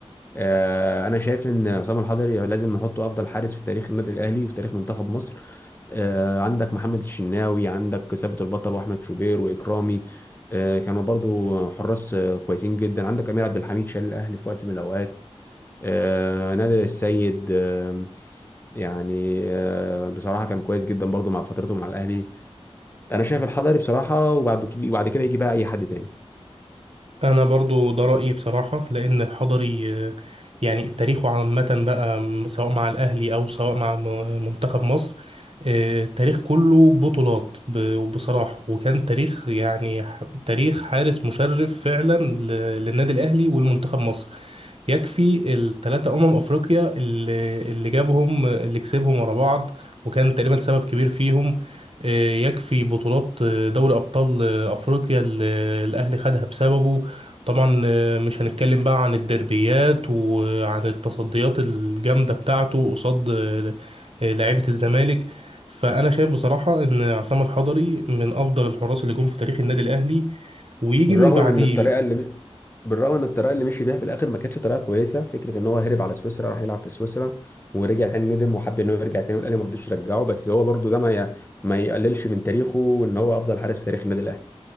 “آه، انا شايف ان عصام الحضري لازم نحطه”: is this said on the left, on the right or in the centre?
Left